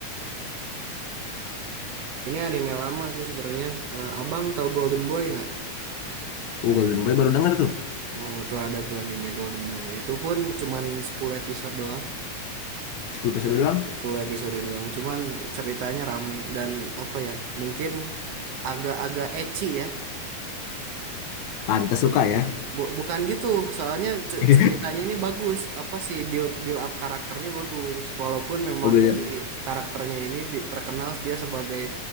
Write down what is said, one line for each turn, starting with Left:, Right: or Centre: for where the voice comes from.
Right: Ini anime lama sih sebenarnya. Eh, Abang tahu Golden Boy nggak?
Left: Uh, Golden Boy baru denger tuh.
Right: Oh, tuh ada tuh anime Golden Boy. Itu pun cuman 10 episode doang.
Left: sepuluh episode doang.
Right: 10 episode doang. Cuman ceritanya rame dan apa ya? Mungkin agak-agak ecchi ya.
Left: Pantes suka ya.
Right: Bu- bukan gitu, soalnya ce-
Left: <laughs>
Right: ceritanya ini bagus, apa sih build build up karakternya bagus. Walaupun memang
Left: Mobilnya
Right: si karakternya ini di- terkenal dia sebagai